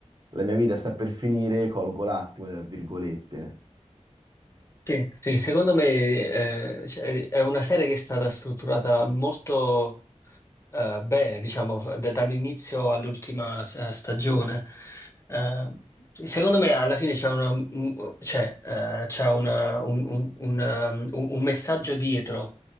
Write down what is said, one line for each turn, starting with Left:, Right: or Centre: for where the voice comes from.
Right: la mia vita sta per finire, colgo l'attimo, tra virgolette. ne.
Left: Sì, sì, secondo me eh, cioè, è una serie che è stata strutturata molto eh, bene, diciamo, f- da- dall'inizio all'ultima s- eh, stagione. Eh, secondo me alla fine c'è una, un- c'è, eh, c'è una- un, un- un, um, un- un messaggio dietro